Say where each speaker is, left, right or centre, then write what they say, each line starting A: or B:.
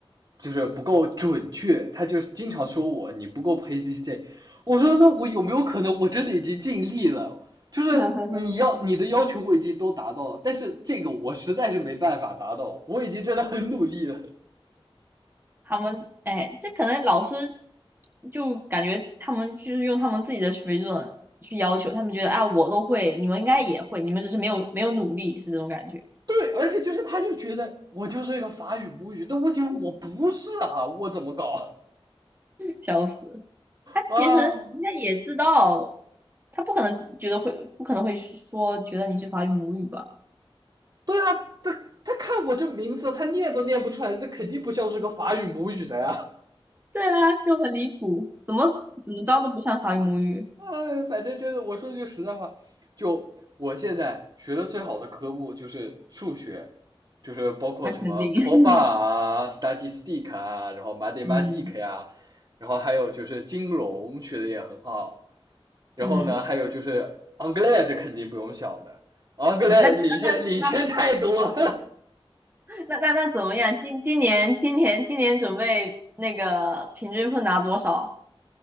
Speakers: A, on the right (about 45°); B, on the right (about 20°).
A: 就是不够准确，他就经常说我你不够 PCC，我说那我有没有可能我真的已经尽力了？就是你要你的要求我已经都达到了，
B: <laughs>
A: 但是这个我实在是没办法达到，我已经真的很努力了。<laughs>
B: 他们哎，这可能老师就感觉他们就是用他们自己的水准去要求，他们觉得啊我都会，你们应该也会，你们只是没有没有努力，是这种感觉，
A: 对，而且就是他就觉得我就是一个法语母语，但问题我不是啊，我怎么搞？
B: 笑死。他其实应该也知道，
A: 啊，
B: 他不可能觉得会，不可能会说觉得你是法语母语吧？
A: 对啊，他他看我这名字，他念都念不出来，这肯定不像是个法语母语的呀。
B: 对啊，就很离谱，怎么怎么着都不像法语母语，
A: 哎，反正真的，我说句实在话，就我现在学的最好的科目就是数学，就是包括什么
B: 那肯定，
A: p
B: <laughs>
A: o b a 啊、statistic 啊，然后 mathematic
B: 嗯
A: 呀、啊然后还有就是金融学的也很好，然后呢，
B: 嗯
A: 还有就是 anglais 这肯定不用想的，anglais
B: 嗯，那那那那
A: 领先领先太多了。
B: 那那那怎么样？今今年今年今年准备那个平均分拿多少？